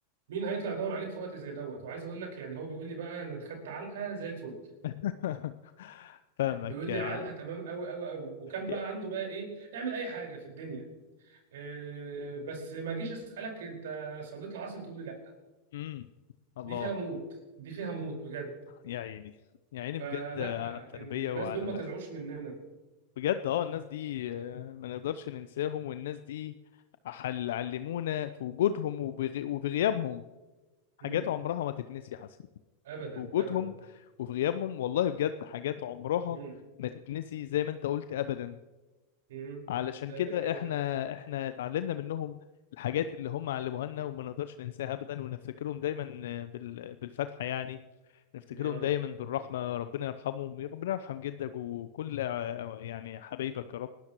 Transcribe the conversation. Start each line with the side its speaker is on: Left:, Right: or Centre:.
Right: مين هيطلع يدور عليك في وقت زي دوت وعايز اقول لك يعني هو بيقول لي بقى انا خدت علقه زي الفل
Left: <laughs> فاهمك
Right: بيقول
Left: يا
Right: لي علقه تمام قوي قوي قوي وكان
Left: يا
Right: بقى عنده بقى ايه اعمل اي حاجه في الدنيا إيه بس ما جيش اسالك انت صليت العصر تقول لي لا
Left: مم. الله
Right: دي فيها موت دي فيها موت بجد
Left: يا عيني يا عيني
Right: فلا
Left: بجد على التربية
Right: الناس
Left: وعلى
Right: دول ما
Left: الأخ
Right: طلعوش مننا
Left: بجد اه الناس دي آه، ما نقدرش ننساهم والناس دي حل علمونا في وجودهم وبغي... وبغيابهم حاجات
Right: مم.
Left: عمرها ما تتنسي حسن
Right: ابدا
Left: وجودهم
Right: ابدا
Left: وفي غيابهم والله بجد حاجات عمرها
Right: مم.
Left: ما تتنسي زي ما انت قلت ابدا
Right: مم.
Left: علشان
Right: لا
Left: كده
Right: ده حقيقة
Left: احنا
Right: فعلا
Left: احنا اتعلمنا منهم الحاجات اللي هم علموها لنا وما نقدرش ننساها ابدا ونفتكرهم دايما بال- بالفتحه يعني نفتكرهم
Right: يا رب
Left: دايما بالرحمه
Right: يا رب.
Left: ربنا يرحمهم ربنا يرحم جدك وكل يعني حبايبك يا رب